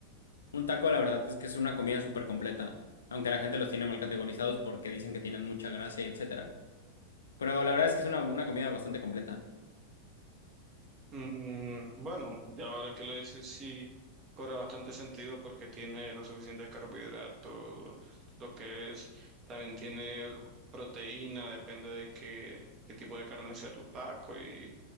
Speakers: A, on the left (about 70°); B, on the right (about 35°).
A: Un taco, la verdad es que es una comida súper completa, aunque la gente los tiene mal categorizados porque dicen que tienen mucha grasa y etcétera. Pero la verdad es que es una, una comida bastante completa.
B: Mm, bueno, ya ahora que lo dices, sí, cobra bastante sentido porque tiene los suficientes carbohidratos, lo que es, también tiene proteína, depende de qué, qué tipo de carne sea tu taco y,